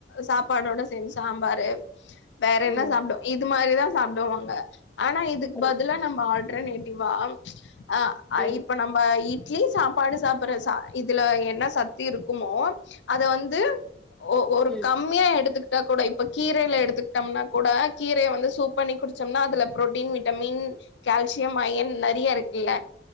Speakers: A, on the left (about 85°); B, in the centre.
A: சாப்பாடோட சேந்து சாம்பாரு வேற என்ன
B: ம்
A: சாப்டு இது மாரிதா சாப்டுவாங்க ஆனா இதுக்பதிலா
B: ஓ,
A: நம்ம ஆல் ட்ரனேட்டிவா ஆ
B: ம்
A: இப்ப நம்ப இட்லி சாப்பாடு சாப்புற சா இதுல என்ன சக்திருக்குமோ அத வந்து ஒ ஒரு
B: ம்
A: கம் மியா எடுத்துக்ட்டா கூட இப்ப கீரைல எடுத்துக்ட்டம்னா கூட கீரைய வந்து சூப் பண்ணி குடு ச்சம்னா அதுல புரோட்டீன் விட்டமின் கால்சியம் அயன் நறியாருக்குல்ல